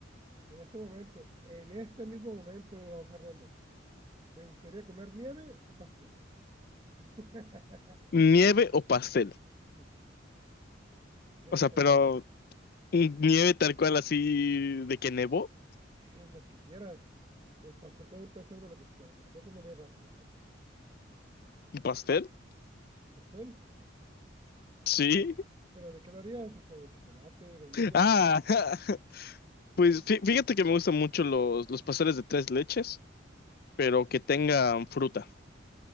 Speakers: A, on the right (about 25°); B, on the left (about 50°).
A: En este momento, en este mismo momento, Fernando, ¿te gustaría comer nieve o pastel? <laughs>
B: ¿Nieve o pastel?
A: Sí, ¿qué
B: O
A: se
B: sea,
A: te
B: pero
A: antoja ahorita?
B: mm, nieve tal cual así de que nevó.
A: Eh, lo que quieras. Y el pastel también puede ser de lo que quieras, pero ¿qué comería rápido? O sea,
B: ¿Un pastel?
A: pastel.
B: Sí.
A: Y, ¿Pero de qué lo harías? O sea, de chocolate, vainilla.
B: Ah, <laughs> pues fí- fíjate que me gustan mucho los, los pasteles de tres leches, pero que tengan fruta.